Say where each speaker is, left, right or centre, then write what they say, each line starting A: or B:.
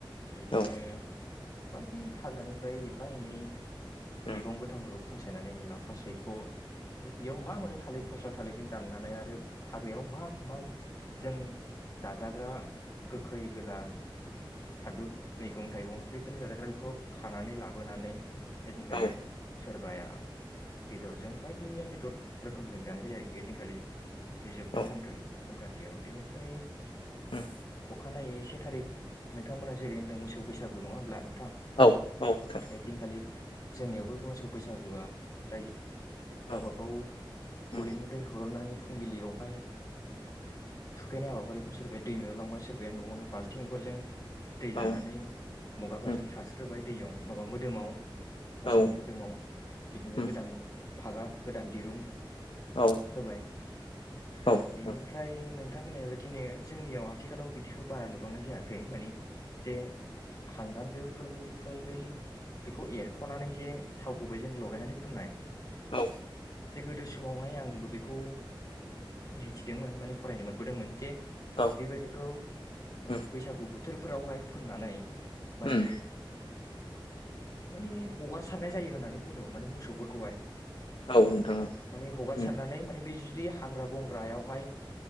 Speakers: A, on the left; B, on the left.
A: बेदिनो
B: औ
A: बायदि हाग्रानिफ्राय एफा एनै
B: औ
A: मैगं गोथांफोरखौ। खनसायनानै लाफा सैख बेयाव मा मोनो थालिर फस्ला थालिरजों दाननानै आरो हाग्रायाव मा मा जों जाजाग्रा गोखै गोला फादुब मैगं थाइगं जिखुनु जाजाग्रा बेखौ खानानै लाबोनानै। एदिनखालि
B: औ
A: सोरबाया। बेदरजों बायदि मैया बेदर रोखोमजों जानाय जायो आरोखि ओदिनखालि। बे जोपथा
B: औ
A: सानखालि। संक्रान्तियाव बिनिफ्राय
B: उम
A: अखानायै से थारिक नोंथांमोनहा जै होनदों मोसौ बैसागु नङा होनब्ला। थां‌
B: औ औ नोंथां
A: आइदिन खालि जोंनियावबो बे मोसौ बैसागुआ जायो।
B: औ
A: गावबा गाव
B: उम
A: गलिनिफ्राय हुरननानै फुंबिलियावहाय थुखैनाय हाबाफारिखौ सोरबाया दैमायाव लांबाय सोरबाया न'आवनो बाल्थिंफोरजों। दै
B: औ
A: लानानै मुगाफोरजों
B: उम
A: सारस्रोबाय। दैयाव माबा मोदोमाव मोसौनि
B: औ
A: मोदोमाव बिदिनो
B: उम
A: गोदान फागा गोदान दिरुं
B: औ
A: होबाय
B: नोंथां
A: बेनिफ्राय नों नोंथां होननाय बायदिनो जोंनियाव आथिखालाव बिदिखौ बारा नुबांनाय जायाखै माने जे हांगारदोफोरनिफ्राय बै बेखौ एरख'नानै जे थाव गुबैजों लगायनानै फुननाय
B: औ
A: जे गोदो समावहाय आंबो बेखौ मिथिदोंमोन माने फरायनो मोनबोदोंमोन जे
B: औ
A: बेबायदिखौ
B: उम
A: बैसागु बोथ बोथोरफोरावहाय फुननानै मानि
B: उम
A: माने हगारसारनाय जायो होननानै बुंदोंमोन माने मोसौफोरखौहाय।
B: औ नोंथां
A: माने हगारसारनानै
B: उम
A: माने बे जुदि हाग्रा बंग्रायावहाय